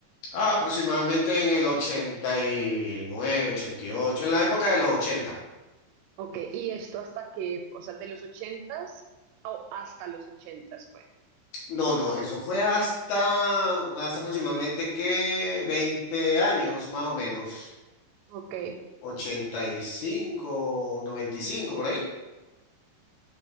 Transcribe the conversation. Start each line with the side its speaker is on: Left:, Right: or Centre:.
Left: Ah, aproximadamente en el ochenta ochenta y nueve, ochenta y ocho, en la época de los 80.
Right: Ok, ¿y esto hasta qué, o sea, de los ochentas o hasta los ochentas fue?
Left: No, no, eso fue hasta hace aproximadamente que 20 años, más o menos.
Right: Ok,
Left: ochenta y cinco, noventa y cinco por ahí.